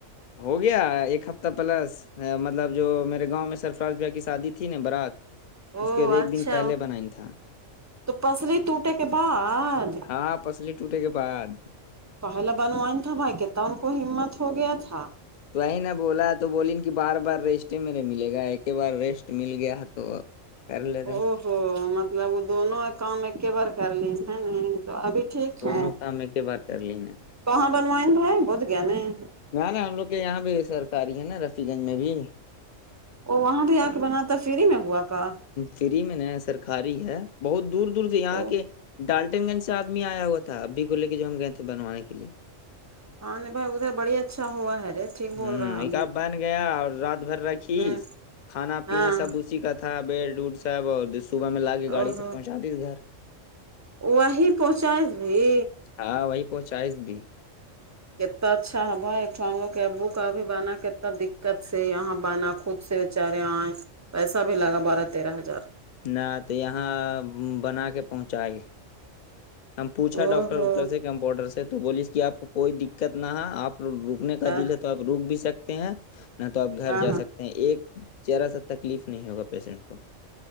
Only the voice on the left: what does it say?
ہو گیا ایک ہفتہ پلس مطلب جو میرے گاؤں میں سرفراز بھائی کی شادی تھی نا برات
اس کے ایک
دن پہلے بنائ تھا
ہاں پسلی ٹوٹے کے بعد
تو وہی نے بولا تو بولی کہ بار بار ریسٹ ہی میرے ملے گا ایک ہی بار ریسٹ مل گیا تو کر لے رہے
ہیں۔
دونوں
کام ایک ہی بار کر لی نہ
نہ نا ہم لوگ کے یہاں بھی سرکاری ہے نا رفی گنج میں بھی
فری میں نئی سرکاری ہے بہت دور دور سے یہاں
کے ڈال تین دن سے آدمی آیا ہوا تھا آپی کو لیا کہ کے جو ہم گئے تھے بنانے کے لیے
ہم
ایک اب بن گیا اور رات بھر رکھی
کھانا پینا
سب اسی کا تھا بیڈ اڑ سب اور صبح میں لا کے
گاڑی
سے پہنچا دیا گھر
ہاں وہی پہنچائس بھی
نہ تو یہاں بنا کے پہنچاائے ہم پوچھا
ڈاکٹر
وکٹر سے کمپاؤڈر سے تو بولیس کہ آپ کوئی دقت نہ آپ رکنے کا
دل ہے تو آپ روک بھی سکتے ہیں نہ تو آپ گھر
جا سکتے ہیں ایک ذرا سا تکلیف نہیں ہوگا پیشنٹ کو